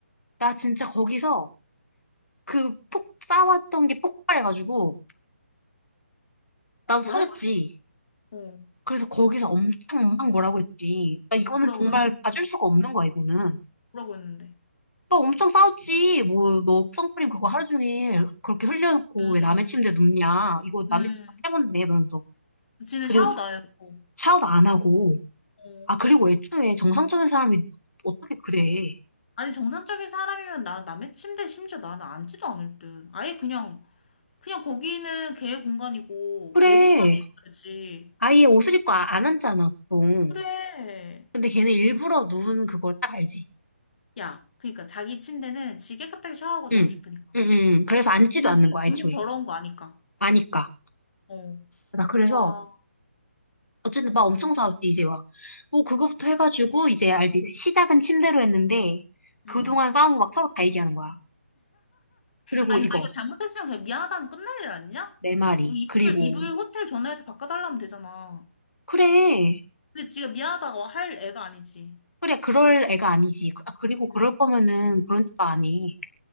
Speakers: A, on the left (about 80°); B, on the left (about 45°).
A: 나 진짜 거기서 그 폭, 쌓아왔던 게 폭발해가지고 나도
B: 뭐라
A: 터졌지.
B: 했어? 어,
A: 그래서 거기서 엄청 엄청 뭐라고 했지. 나 이거는
B: 뭐라고
A: 정말
B: 했는데?
A: 봐줄 수가 없는 거야, 이거는.
B: 뭐라고 했는데?
A: 막 엄청 싸웠지. 뭐, 너 선크림 그거 하루 종일 그렇게 흘려놓고
B: 음,
A: 왜 남의 침대 눕냐. 이거 남의
B: 음.
A: 집 새 건데, 이러면서.
B: 지는
A: 그리고
B: 샤워도 안 해놓고.
A: 샤워도 안 하고.
B: 어.
A: 아, 그리고 애초에 정상적인 사람이 어떻게 그래.
B: 아니, 정상적인 사람이면 나 남의 침대 심지어 나는 앉지도 않을 듯. 아예 그냥, 그냥 거기는 걔의 공간이고,
A: 그래.
B: 내 공간이 있어야지.
A: 아예 옷을 입고 아- 안 앉잖아, 보통.
B: 그래.
A: 근데 걔는 일부러 누운 그걸 딱 알지.
B: 야, 그러니까 자기 침대는 지 깨끗하게 샤워하고 자고
A: 응.
B: 싶으니까.
A: 응, 응. 그래서 앉지도
B: 지는
A: 않는 거야,
B: 기분
A: 애초에.
B: 더러운 거 아니까.
A: 아니까.
B: 어.
A: 나 그래서
B: 와.
A: 어쨌든 막 엄청 싸웠지, 이제 와. 뭐, 그거부터 해가지고, 이제 알지, 이제 시작은 침대로 했는데, 그동안
B: 응.
A: 싸운 거 막 서로 다 얘기하는 거야. 그리고
B: 아니,
A: 이거,
B: 지가 잘못했으면 그냥 미안하다면 끝날 일 아니냐?
A: 내 말이.
B: 뭐 이불,
A: 그리고,
B: 이불 호텔 전화해서 바꿔달라면 되잖아.
A: 그래,
B: 근데 지가 미안하다고 할 애가 아니지.
A: 그래, 그럴 애가 아니지. 그- 아, 그리고 그럴
B: 응,
A: 거면은 그런 짓도 안 해.